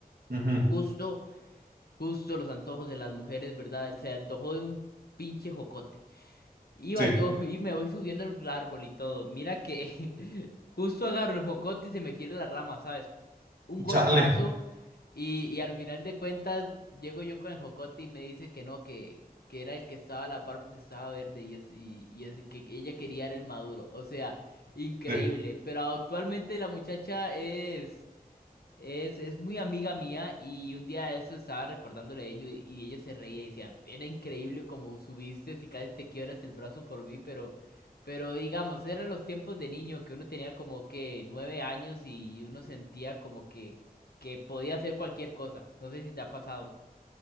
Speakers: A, on the right; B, on the left.
A: Ujú,
B: Justo, justo los antojos de las mujeres, ¿verdad? Se antojó de un pinche jocote. Iba
A: Sí.
B: yo <laughs> y me voy subiendo al árbol y todo. Mira que <laughs> justo agarro el jocote y se me quiere la rama, ¿sabes? Un golpazo.
A: Chale.
B: Y, y al final de cuentas, llego yo con el jocote y me dice que no, que, que era el que estaba a la par porque estaba verde y, es, y, y es que ella quería era el maduro. O sea, increíble.
A: Sí.
B: Pero actualmente la muchacha es. Es, es muy amiga mía y un día de eso estaba recordándole a ello y y ella se reía y decía, era increíble como subiste y casi te quiebras el brazo por mí, pero, pero digamos, eran los tiempos de niño que uno tenía como que nueve años y uno sentía como que, que podía hacer cualquier cosa. No sé si te ha pasado.